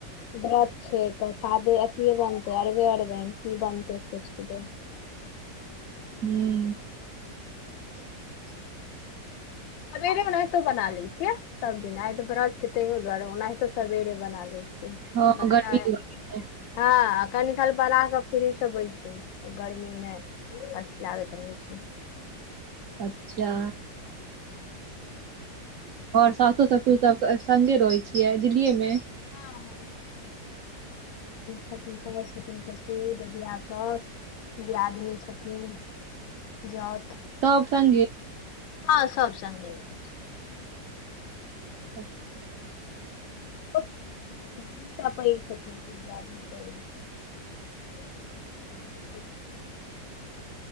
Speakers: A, on the left (about 85°); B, on the right (about 65°).
A: दरत छै तऽ सादे अथे बनतै अरबे अरबे की बनतै सोचिक दे
B: हूँ
A: सबेरे ओनाहितो बना ले छिय सबदिना आयत वरत छै तैय दुआरे ओनाहितो सबेरे बना ले छी
B: हँ
A: बच्चा
B: गर्मी दुआरे
A: हँ कनि काल बड़ा कऽ फ्री से बैस गर्मी में अथी लागत रहत छै
B: अच्छा
A: <inaudible>
B: ओर सासो ससू सब सगे रहै छियै दिल्लीए मे
A: हँ हँ छथिन सास छथिन ससूर ददिया सास दियादनि छथिन जाउत
B: सब सङगे
A: हँ सब सगे रहल
B: अच्छा
A: पैर छथिन दियादनि <unintelligible> <unintelligible>